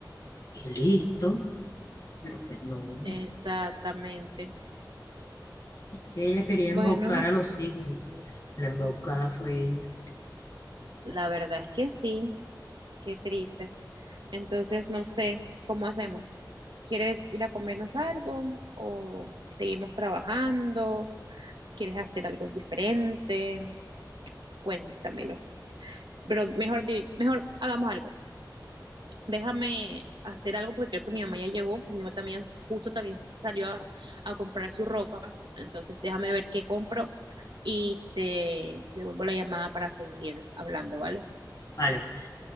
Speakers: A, on the left; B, on the right.
A: Y listo, pero pues no.
B: Exactamente.
A: Ella quería
B: Bueno,
A: embaucar a los hijos y pues la embaucada fue ella.
B: la verdad es que sí, qué triste. Entonces, no sé, ¿cómo hacemos? ¿Quieres ir a comernos algo o seguimos trabajando? ¿Quieres hacer algo diferente? Cuéntamelo. Pero mejor, di- mejor hagamos algo. déjame hacer algo porque creo que mi mamá ya llegó, mi mamá también, justo también se salió a, a comprar su ropa, entonces déjame ver qué compro y te te devuelvo la llamada para seguir hablando, ¿vale?
A: Vale, pues